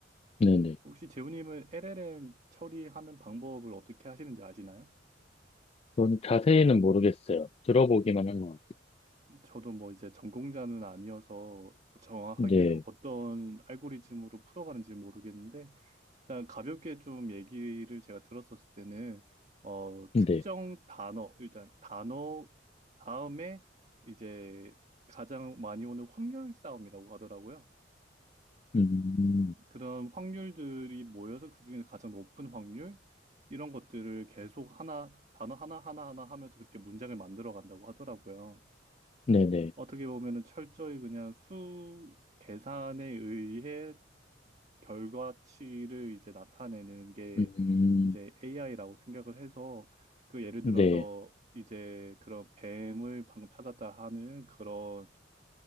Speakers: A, on the left; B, on the right.
A: 네네.
B: 혹시 재훈님은 LLM 처리하는 방법을 어떻게 하시는지 아시나요?
A: 전 자세히는 모르겠어요. 들어보기만 한 것 같아요.
B: 저도 뭐 이제 전공자는 아니어서 정확하게
A: 네,
B: 어떤 알고리즘으로 풀어가는지 모르겠는데, 일단 가볍게 좀 얘기를 제가 들었었을 때는 어
A: 네,
B: 특정 단어 일단 단어 다음에 이제 가장 많이 오는 확률 싸움이라고 하더라고요.
A: 음,
B: 그런 확률들이 모여서 그중에 가장 높은 확률 이런 것들을 계속 하나 단어 하나 하나 하나 하면서 그렇게 문장을 만들어 간다고 하더라고요.
A: 네네,
B: 어떻게 보면은 철저히 그냥 수 계산에 의해 결과치를 이제 나타내는 게
A: 음,
B: 이제 AI라고 생각을 해서 그 예를
A: 네,
B: 들어서 이제 그런 뱀을 방금 찾았다 하는 그런